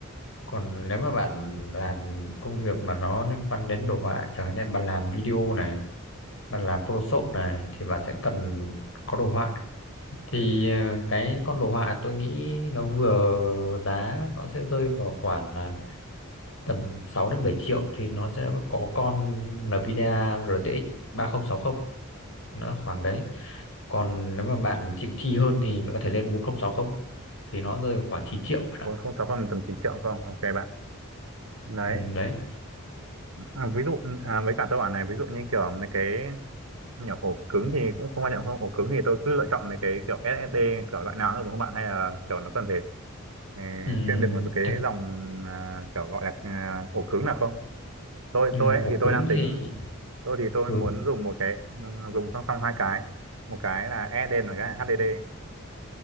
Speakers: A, on the left; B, on the right.
A: còn nếu mà bạn làm công việc mà nó liên quan đến đồ họa chẳng hạn như bạn làm video này bạn làm Photoshop này thì bạn sẽ cần có đồ họa thì ờ, cái con đồ họa tôi nghĩ nó vừa giá nó sẽ rơi vào khoảng à, tầm 6 đến 7 triệu thì nó sẽ có con Nvidia RTX 3060 nó khoảng
B: ừ.
A: đấy còn nếu mà bạn chịu chi hơn thì bạn có thể lên 4060 thì nó rơi vào khoảng 9 triệu bạn
B: bốn
A: ạ
B: không sáu phần tầm 9 triệu không? Ok bạn. Đấy,
A: ừ, đấy
B: à, ví dụ à, với cả tôi bảo này, ví dụ như kiểu mấy cái nhỏ ổ cứng thì cũng không quan trọng không? Ổ cứng thì tôi cứ lựa chọn mấy cái kiểu SSD kiểu loại nào cũng được đúng không bạn? Hay là kiểu nó cần phải ờ,
A: Ừ,
B: chuyên biệt một cái
A: thực
B: dòng à, kiểu gọi là à, ổ cứng nào không? Tôi
A: Ừ,
B: tôi ấy,
A: ổ
B: thì tôi
A: cứng
B: đang
A: thì
B: tính tôi thì tôi
A: ừ,
B: muốn dùng một cái ừ, dùng song song hai cái, một cái là SSD và một cái là HDD.